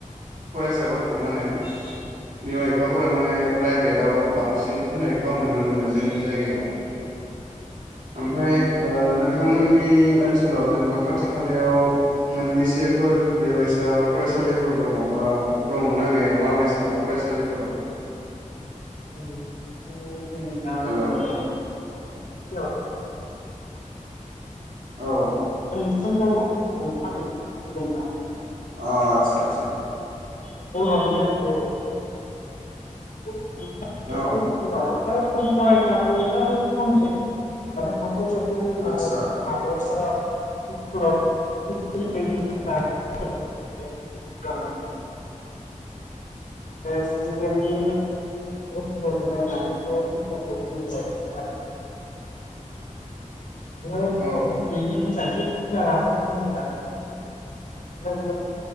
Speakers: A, on the right (about 80°); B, on the left (about 70°).
A: फरायसाफोरखौ माने बिमा बिफाफोरा माने प्राइभेटाव बांसिन होनायखौ आं नुनो मोनो जोंनि जायगायाव ओमफ्राय ओ नोंथांमोननि ओनसोलाव जेनेबा खाथि खालायाव मोनबेसेफोर बेबायसा फरायसालिफोर दङ बा दङना गैया माबायसा फरायसालिफोरा
B: जोंनियाव ओम जोंनि गामियाव
A: हेल' औ
B: हेलौ
A: औ
B: गंथाम दङ गंथाम एल पि सिकुल दंना
A: अ आतसा आतसा
B: <unintelligible> गंथाम एल पि
A: औ
B: सिकुलाव एकदम फरायसाफोरा खमसै साफा सानैल'सै
A: आतसा
B: <unintelligible> <unintelligible> स्टुडेन्टनि रहैसखौ नायनानै टिसारखौ होनाय जायो नालाय
A: औ
B: <unintelligible> <unintelligible> सिखुलारनि खमि